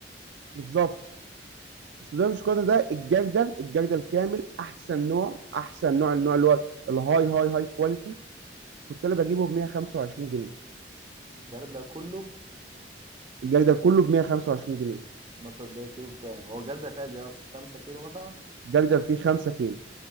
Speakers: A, on the right; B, on the right.
A: بالظبط السوداني بالشوكولاته ده الجردل الجردل كامل احسن نوع احسن نوع النوع اللي هو الهاي هاي هاي كواليتي كنت انا بجيبه ب 125 جنيه
B: الجردة كله
A: الجردل كله ب 125 جنيه
B: ما تبقى كيلو بكام هو الجردة فيها دي اصلا 5 كيلو مثلا
A: الجردل فيه 5 كيلو